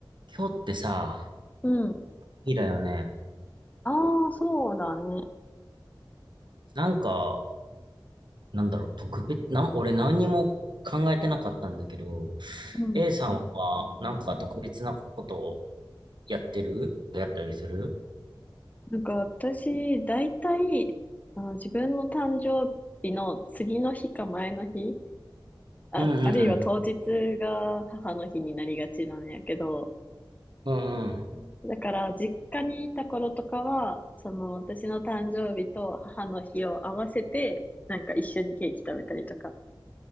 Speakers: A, on the right (about 60°); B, on the left (about 20°).
A: 今日ってさ、
B: うん。
A: 日だよね。
B: ああ、そうだね。
A: なんか、なんだろう、特別、なん、俺何にも考えてなかったんだけど、
B: うん。
A: A さんはなんか特別なことをやってるやったりする
B: なんか私、大体、あの、自分の誕生日の次の日か前の日、あ、
A: うんうんうん。
B: あるいは当日が母の日になりがちなんやけど、
A: うんうん。
B: だから実家にいた頃とかは、その私の誕生日と母の日を合わせて、なんか一緒にケーキ食べたりとか